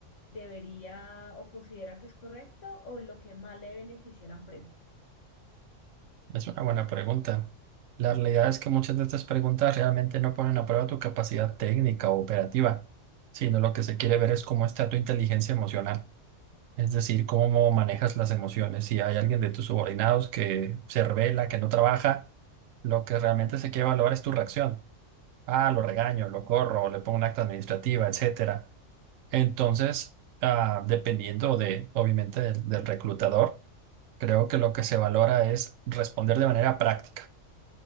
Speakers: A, on the left (about 70°); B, on the right (about 85°).
A: debería o considera que es correcto o lo que más le beneficia a la empresa.
B: Es una buena pregunta. La realidad es que muchas de estas preguntas realmente no ponen a prueba tu capacidad técnica o operativa, sino lo que se quiere ver es cómo está tu inteligencia emocional, es decir, cómo manejas las emociones. Si hay alguien de tus subordinados que se revela, que no trabaja, lo que realmente se quiere valorar es tu reacción. Ah, lo regaño, lo corro, le pongo un acta administrativa, etcétera. Entonces, ah, dependiendo de, obviamente, del del reclutador, creo que lo que se valora es responder de manera práctica